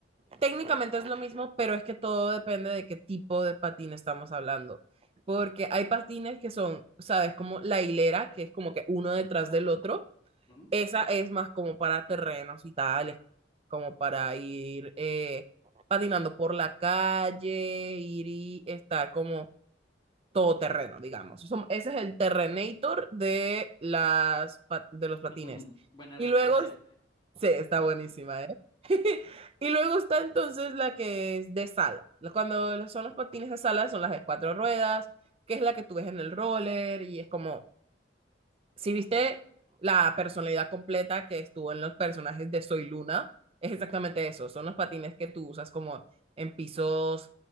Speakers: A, on the right; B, on the left.
A: técnicamente es lo mismo, pero es que todo depende de qué tipo de patín estamos hablando. Porque hay patines que son, ¿sabes? Como la hilera, que es como que uno detrás del otro.
B: Ujú.
A: Esa es más como para terrenos y tales, como para ir eh, patinando por la calle, ir y estar como todo terreno, digamos. Som- ese es el Terrenator de, las, pa- de los patines.
B: <laughs> Buena
A: Y
B: referencia.
A: luego, sí, está buenísima, ¿eh? <laughs> Y luego está entonces la que es de sala. Cuando son los patines de sala, son las de cuatro ruedas, que es la que tú ves en el roller y es como si viste la personalidad completa que estuvo en los personajes de Soy Luna, es exactamente eso. Son los patines que tú usas como en pisos